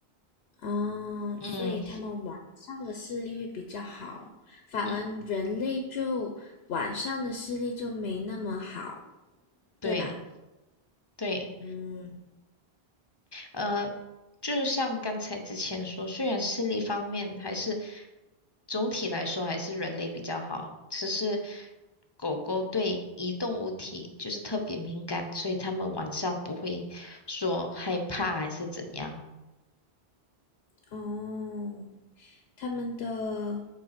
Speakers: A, on the left; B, on the left.
A: 嗯，
B: 嗯
A: 所以他们晚上的视力会比较好，反而人类就晚上的视力就没那么好，
B: 嗯，对
A: 对吧？
B: 对，
A: 嗯，
B: 呃，就像刚才之前说，虽然视力方面还是总体来说还是人类比较好，只是狗狗对移动物体就是特别敏感，所以它们晚上不会说害怕还是怎样。
A: 哦，他们的，